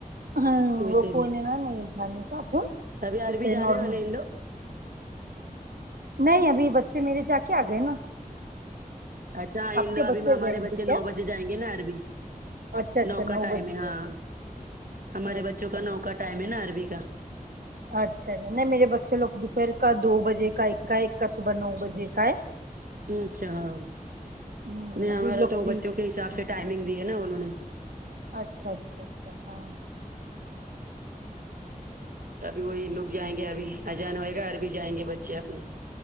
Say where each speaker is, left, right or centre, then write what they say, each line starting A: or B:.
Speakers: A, on the right; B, on the right.
A: ہ
B: ویسے
A: وہ فون
B: بھی
A: ہے نا نہیں اٹھانے کا فون
B: ابھی
A: جیسے
B: عربی جانے
A: نارمل
B: والے ہیں ان لوگ
A: نہیں ابھی بچے میرے جا کے آ گئے نا
B: اچھاانلوگ
A: آپ کے
B: ابھی ہمارے
A: جائیں
B: بچے
A: گے کیا
B: نو بجےجائیںنگے نا عربی
A: اچھا اچھا
B: نو کا ٹائم
A: بجے
B: ہے ہاں
A: جاتے
B: ہمارے
A: اچھا
B: بچوں کا نو کا ٹائم ہے نا عربی کا
A: اچھا نہیں میرے بچے لوگ دوپہر کا دو بجے کا ایک کا ہے ایک کا صبح نو بجے کا ہے
B: اچھاہاو
A: ہوں
B: نہیں
A: ابھی
B: ہمارا
A: وہ لوگ
B: تو
A: فری
B: بچوں
A: ہے
B: کے حساب
A: کچھ
B: سے ٹائمنگ دی ہے نا انہوں نے
A: اچھا اچھا اچھا ہاں
B: ابھی وہی لک جائیں گے ابھی اجان ہوئے گا اور بھی جائیں گے بچے اپنے